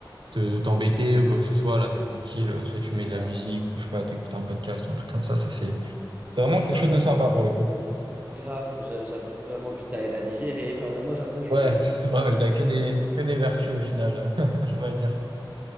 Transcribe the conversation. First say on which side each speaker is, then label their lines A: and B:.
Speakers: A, on the right (about 65°); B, on the right (about 20°).
A: te t'embêter ou quoi que ce soit. Là, t'es tranquille. euh, Soit tu mets de la
B: Ah,
A: musique, ou je sais pas, t'écoutes un podcast ou un truc comme ça. Ça, c'est c'est vraiment
B: C'est
A: quelque
B: top,
A: chose de sympa pour le coup.
B: grave, j'a- j'apprécie vraiment. Puis ça aide à digérer. Enfin, vraiment, j'ai l'impression qu'il n'y a
A: Ouais,
B: que des avantages.
A: <laughs> ouais,
B: On
A: il y a que des que des vertus au final, <laughs> on va dire.